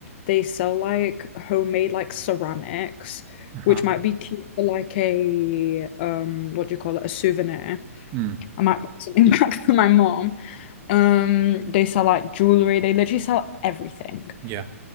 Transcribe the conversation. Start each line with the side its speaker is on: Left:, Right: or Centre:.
Left: They sell like homemade like ceramics,
Right: uh-huh.
Left: which might be cute for like a um what do you call it? A souvenir.
Right: Mm.
Left: I might put something <laughs> back for my mom. Um they sell like jewelry. They literally sell everything.
Right: Yeah.